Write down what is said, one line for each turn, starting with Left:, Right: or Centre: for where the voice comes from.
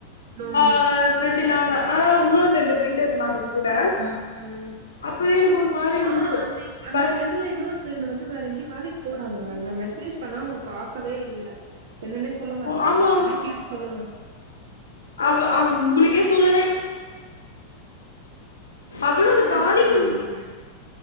Right: ம்
Left: ஆ ஃப்ரெண்ட்ல்லாம ஆனா உன்னோன்டு ரெண்டு ஃப்ரெண்டு இருந்தாங்க கூட
Right: உம் ம்
Left: அப்பவே எனக்கு ஒரு மாரி இருந்தது
Right: ஆ அந்த அந்த
Left: ப
Right: ஃப்ரெண்டு்ல இன்னொரு ஃப்ரெண்ட் வந்து வேற எங்கேயோ வேலக்கீ போறாங்க நா மெசேஜ் பண்ணா அவ்ங்க பாக்கவே இல்ல என்னன்னே சொல்ல மாட்டறாங்க
Left: ஆமா
Right: நீங்க வேனா கேட்டு சொல்லுங்க
Left: அவ் அவர் உங்களுக்கே சொல்லலை
Right: சும்மா
Left: அவ்ளோ
Right: கால்
Left: அது
Right: பண்ணி
Left: காலிங்
Right: கேளுங்க நீங்க